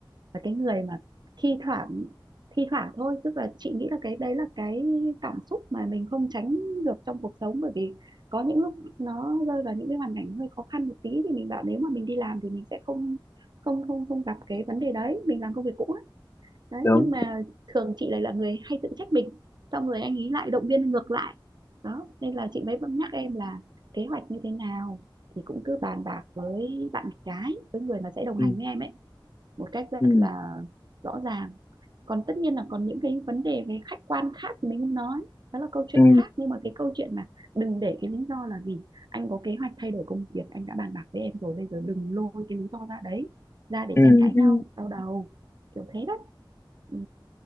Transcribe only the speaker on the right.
và cái người mà thi thoảng thi thoảng thôi tức là chị nghĩ là cái đấy là cái cảm xúc mà mình không tránh được trong cuộc sống bởi vì có những lúc nó rơi vào những cái hoàn cảnh hơi khó khăn một tí thì mình bảo nếu mà mình đi làm thì mình sẽ không không không không gặp cái vấn đề đấy mình làm công việc cũ ấy. đấy
nhưng mà thường chị lại là người hay tự trách mình xong rồi anh ấy lại động viên ngược lại đó nên là chị mới vẫn nhắc em là kế hoạch như thế nào thì cũng cứ bàn bạc với bạn gái với người mà sẽ đồng
hành với em ấy một cách rất
là rõ ràng còn tất nhiên là còn những cái vấn đề về khách quan khác mình không nói đó là câu chuyện
khác nhưng mà cái câu chuyện mà đừng để cái lý do là vì anh có kế hoạch thay đổi công việc anh đã bàn bạc với em rồi bây giờ đừng lôi cái lý do ra đấy ra để
tranh cãi nhau
đau đầu kiểu thế đấy ừ,